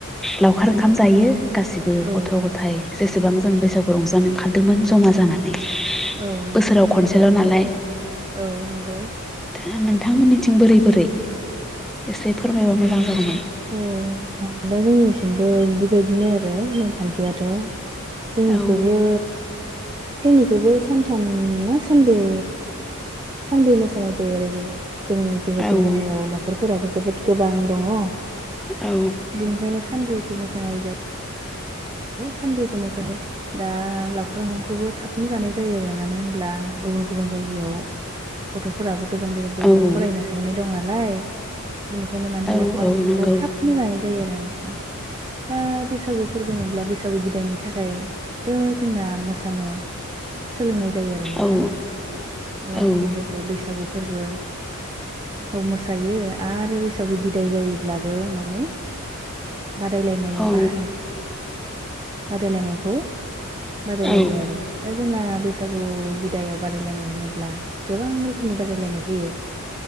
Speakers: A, in the centre; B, on the right.
A: लावखार ओंखाम जायो गासिबो
B: औ
A: गथ
B: औ
A: गथाइ जेस सेबां जों बैसागु रंजानो ओंखारदोंमोन जमा जानानै
B: औ नंगौ
A: बोसोराव
B: नोंथां
A: खनसेल नालाय
B: औ नंगौ
A: दा नों नोंथांमोननिथिं बोरै बोरै एसे फोरमायबा मोजां जागौमोन
B: औ नोंथां दा जोंनिथिंबो बेबायदिनो आरो नेमखान्थियाथ जोंनिखौबो
A: औ
B: जोंनिखौबो सानथाम ना सानब्रै सानब्रै मोसानाय जायो आरो जों जों जिहेतु
A: औ
B: जोंनियाव नखर फोराबो जोबोद गोबां दङ
A: औ
B: बेनिखायनो सानब्रैखौ मोसानाय जा
A: <inaudible>
B: सानब्रैखौ मोजाङै दा लावखार ओंखामखौबो थाबनो जानाय जायो आरो मानो होनब्ला गुबुन गुबुन जायगायाव गथफोराबो। गोजान गोजान जायगायाव
A: औ
B: फरायनो थायैनाय दं नालाय बेनिखायनो माने
A: औ
B: लायखर
A: औ
B: ओंखामखौ
A: नंगौ
B: थाबनो जानाय। जायो आरो नोंथां दा बैसागु फोरबो बुङोब्ला बैसागु बिदायनि थाखायबो जोंना मोसानो। सोलोंनाय जायो आरो नोंथां
A: औ
B: अ
A: औ
B: जिहेथु बैसागु फोरबो। औ मोसायो आरो बैसागु बिदाय जायोब्लाबो माने। बादायलायनाय
A: औ
B: बाहाय बादायलायनायखौ बादायलायो
A: औ
B: आरो दा जोंना बैसागु बैसागु बिदायाव बादायलायनाय होनोब्ला। गोबां रोखोमनि बादायलायनाय फैयो